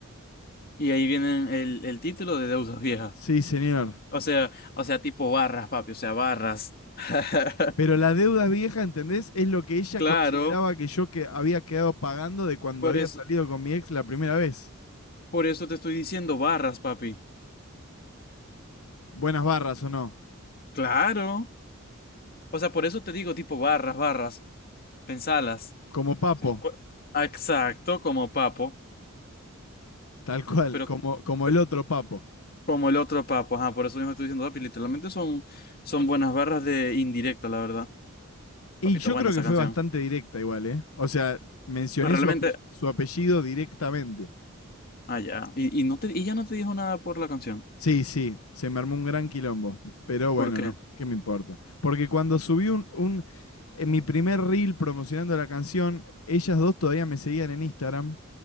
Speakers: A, on the left (about 45°); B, on the left (about 85°).
A: Y ahí vienen el, el título de Deudas Viejas.
B: Sí, señor.
A: O sea, o sea, tipo barras, papi, o sea, barras. <laughs>
B: Pero las deudas viejas, ¿entendés? Es lo que ella
A: Claro,
B: consideraba que yo que había quedado pagando de cuando
A: por
B: había
A: eso,
B: salido con mi ex la primera vez.
A: por eso te estoy diciendo barras, papi.
B: Buenas barras o no.
A: Claro. O sea, por eso te digo tipo barras, barras. Pensalas.
B: Como papo,
A: Como- Ah, Exacto, como papo,
B: tal cual,
A: pero
B: como, como
A: pe-
B: el otro papo.
A: como el otro papo, ajá, por eso mismo estoy diciendo, papi, literalmente son, son buenas barras de indirecta, la verdad.
B: Y
A: Papito,
B: yo
A: buena
B: creo
A: esa
B: que fue
A: canción.
B: bastante directa igual, ¿eh? O sea, mencioné
A: Pues realmente,
B: su, ape- su apellido directamente.
A: ah, ya. Y, y no te, y ya no te dijo nada por la canción.
B: Sí, sí, se me armó un gran quilombo, pero bueno,
A: ¿Por qué?
B: no, ¿qué me importa? Porque cuando subí un, un- en mi primer reel promocionando la canción, ellas dos todavía me seguían en Instagram